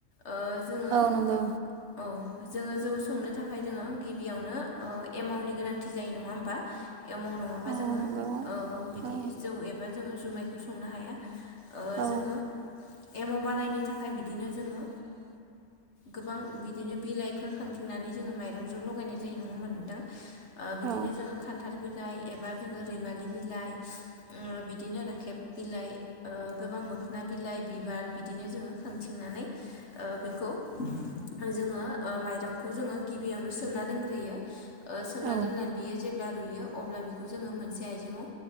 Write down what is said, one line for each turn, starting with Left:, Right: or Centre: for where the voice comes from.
Left: ओ जोङो
Right: औ नंगौ।
Left: औ जोङो जौ संनो थाखाय जोङो गिबियावनो ओ एमाउनि गोनांथि जायो नङा होमबा? एमाव नङाबा
Right: औ
Left: जोङो
Right: नंगौ
Left: ओ बिदि
Right: औ
Left: जौ एबा जोङो जुमायखौ संनो हाया ओ
Right: औ
Left: जोङो एममाव बानायनो थाखाय बिदिनोओ जोङो गोबां बिदिनो बिलाइफोर खांथि नानै जोङो माइरंजों लगायनाय जायो नङा होमबा नोंथां ओ बिदिनो
Right: औ
Left: जोङो खान्थाल बिलासपुर एबा जो रैमालि बिलाइ ओ बिदिनो राखेब बिलाइ ओ गोबां मोन मोखोना बिलाइ बिबार बिदिनो जोङो खांथिंनानै ओ बेखौ जोङो ओ माइरंखौ जोङो गिबियावनो सोमना दोनग्रोयो ओ सोमना
Right: औ
Left: दोनना ओ बियो जेब्ला जेब्ला रुयो अब्ला बेखौ जोङो मोनसे आइजेंआव